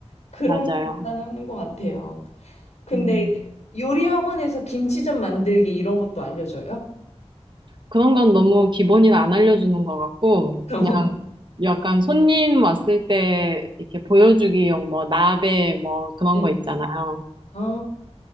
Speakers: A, on the left; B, on the right.
A: 그런
B: 맞아요.
A: 것만 하는 것 같아요. 근데
B: 음.
A: 요리 학원에서 김치전 만들기 이런 것도 알려줘요?
B: 그런 건 너무 기본이라 안 알려주는 것 같고,
A: <laughs>
B: 그냥 약간 손님 왔을 때 이렇게 보여주기용 뭐 나베 뭐 그런
A: 네.
B: 거 있잖아요.
A: 아,